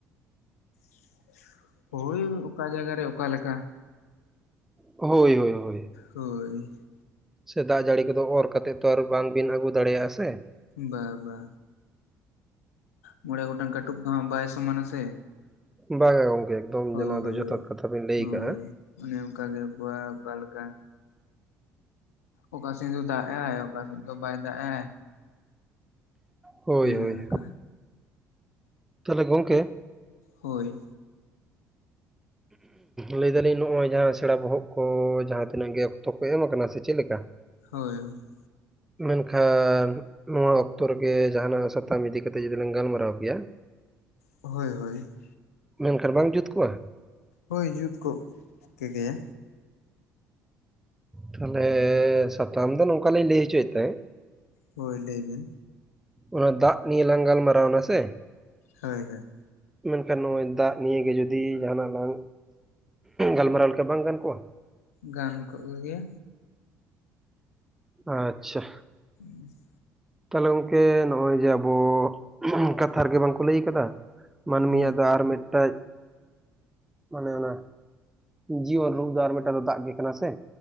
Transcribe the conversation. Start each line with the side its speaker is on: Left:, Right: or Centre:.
Left: <inaudible> ᱦᱳᱭ ᱚᱠᱟ ᱡᱟᱭᱜᱟ ᱨᱮ ᱚᱠᱟ ᱞᱮᱠᱟ᱾
Centre: ᱦᱳᱭ ᱦᱳᱭ ᱦᱳᱭ᱾
Left: ᱦᱳᱭ᱾
Centre: ᱥᱮ ᱫᱟᱜ ᱡᱟᱹᱲᱤ ᱠᱚᱫᱚ ᱚᱨ ᱠᱟᱛᱮᱜ ᱛᱚ ᱟᱨ ᱵᱟᱝ ᱵᱤᱱ ᱟᱹᱜᱩ ᱫᱟᱲᱮᱭᱟᱜᱼᱟ ᱥᱮ᱾
Left: ᱵᱟ ᱵᱟ᱾ ᱢᱚᱬᱮ ᱜᱚᱴᱟᱝ ᱠᱟᱴᱩᱵ ᱫᱚ ᱦᱟᱸᱜ ᱵᱟᱭ ᱥᱚᱢᱟᱱᱟ ᱥᱮ᱾
Centre: ᱵᱟᱝᱟ ᱜᱚᱝᱠᱮ ᱮᱠᱫᱚᱢ
Left: ᱦᱳᱭ
Centre: ᱱᱚᱣᱟ ᱫᱚ
Left: ᱦᱳᱭ
Centre: ᱡᱚᱛᱷᱟᱛ ᱠᱟᱛᱷᱟ ᱵᱤᱱ ᱞᱟᱹᱭ
Left: ᱦᱳᱭ᱾
Centre: ᱠᱟᱜᱼᱟ
Left: ᱚᱱᱮ ᱚᱱᱠᱟ ᱜᱮ ᱚᱠᱚᱭᱟᱜ ᱚᱠᱟ ᱞᱮᱠᱟ, ᱚᱠᱟ ᱥᱮᱱ ᱫᱚ ᱫᱟᱜ ᱦᱮᱸ ᱚᱠᱟ ᱥᱮ ᱫᱚ ᱵᱟᱭ ᱫᱟᱜ-ᱮ᱾
Centre: ᱦᱳᱭ ᱦᱳᱭ
Left: ᱚᱱᱠᱟ
Centre: ᱛᱟᱞᱦᱮ ᱜᱚᱝᱠᱮ᱾
Left: ᱦᱳᱭ᱾
Centre: ᱞᱟᱹᱭ ᱫᱟᱞᱤᱧ ᱱᱚᱜᱼᱚᱭ ᱡᱟᱦᱟᱸ ᱥᱮᱬᱟ ᱵᱚᱦᱚᱜ ᱠᱚ ᱡᱟᱦᱟᱸ ᱛᱤᱱᱟᱹᱜ ᱜᱮ ᱚᱠᱛᱚ ᱠᱚ ᱮᱢ ᱟᱠᱟᱱᱟ, ᱥᱮ ᱪᱮᱫ ᱞᱮᱠᱟ?
Left: ᱦᱳᱭ ᱳᱭ᱾
Centre: ᱢᱮᱱᱠᱷᱟᱱ ᱱᱚᱣᱟ ᱚᱠᱛᱚ ᱨᱮᱜᱮ ᱡᱟᱦᱟᱱᱟᱜ ᱥᱟᱛᱟᱢ ᱤᱫᱤ ᱠᱟᱛᱮᱜ ᱡᱩᱫᱤ ᱞᱟᱝ ᱜᱟᱞᱢᱟᱨᱟᱣ ᱠᱮᱭᱟ᱾
Left: ᱦᱳᱭ ᱦᱳᱭ᱾
Centre: ᱢᱮᱱᱠᱷᱟᱱ ᱵᱟᱝ ᱡᱩᱛ ᱠᱚᱜᱼᱟ?
Left: ᱦᱳᱭ ᱡᱩᱛ ᱠᱚᱜ ᱠᱮᱜᱮᱭᱟ᱾
Centre: ᱛᱟᱷᱞᱮ ᱥᱟᱛᱟᱢ ᱫᱚ ᱱᱚᱝᱠᱟᱞᱤᱧ ᱞᱮᱭ ᱦᱚᱪᱚᱭᱮᱫ ᱛᱟᱦᱮᱸᱫ᱾
Left: ᱦᱳᱭ ᱞᱮᱭ ᱵᱤᱱ᱾
Centre: ᱚᱱᱟ ᱫᱟᱜ ᱱᱤᱭᱮ ᱞᱟᱝ ᱜᱟᱞᱢᱟᱨᱟᱣ ᱮᱱᱟ ᱥᱮ?
Left: ᱦᱳᱭ ᱦᱳᱭ᱾
Centre: ᱢᱮᱱᱠᱷᱟᱱ ᱱᱚᱜᱼᱚᱭ ᱫᱟᱜ ᱱᱤᱭᱟᱹ ᱜᱮ ᱡᱩᱫᱤ ᱡᱟᱦᱟᱱᱟᱜ ᱞᱟᱝ ᱜᱟᱞᱢᱟᱨᱟᱣ ᱞᱮᱠᱷᱟᱡ ᱵᱟᱝ ᱜᱟᱱ ᱠᱚᱼᱟ?
Left: ᱜᱟᱱ ᱠᱚᱜ ᱠᱮᱜᱮᱭᱟ᱾
Centre: ᱟᱪᱪᱷᱟ᱾
Left: <inaudible>
Centre: ᱛᱟᱦᱞᱮ ᱜᱚᱝᱠᱮ ᱱᱚᱸᱜᱼᱚᱭ ᱡᱮ ᱟᱵᱚ, ᱠᱟᱛᱷᱟ ᱨᱮᱜᱮ ᱵᱟᱝᱠᱚ ᱞᱟᱹᱭ ᱟᱠᱟᱫᱟ᱾ ᱢᱟᱹᱱᱢᱤᱭᱟᱜ
Left: ᱦᱳᱭ
Centre: ᱫᱚ ᱟᱨ ᱢᱤᱫᱴᱮᱡ ᱢᱟᱱᱮ ᱚᱱᱟ ᱡᱤᱭᱚᱱ ᱨᱩᱯ ᱫᱚ ᱟᱨ ᱢᱤᱫᱴᱟᱝ ᱫᱚ ᱫᱟᱜ ᱜᱮ ᱠᱟᱱᱟ ᱥᱮ?